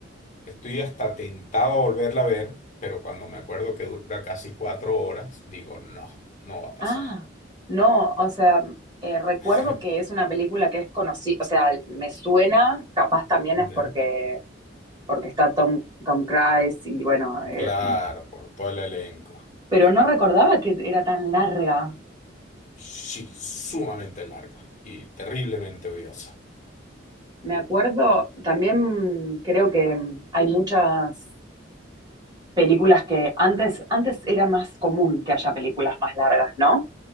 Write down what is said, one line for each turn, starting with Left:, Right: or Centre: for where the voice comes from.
Left: Estoy hasta tentado a volverla a ver, pero cuando me acuerdo que dura casi cuatro horas, digo, no, no va a pasar.
Right: Ah, no, o sea, eh, recuerdo
Left: <laughs>
Right: que es una película que es conocida, o sea, me suena, capaz también
Left: ¿Ya?
Right: es porque, porque está Tom, Tom Cruise y bueno, eh,
Left: Claro, por todo el elenco.
Right: pero no recordaba que era tan larga.
Left: Sí, sumamente larga y terriblemente odiosa.
Right: Me acuerdo, también creo que hay muchas películas que antes, antes era más común que haya películas más largas, ¿no?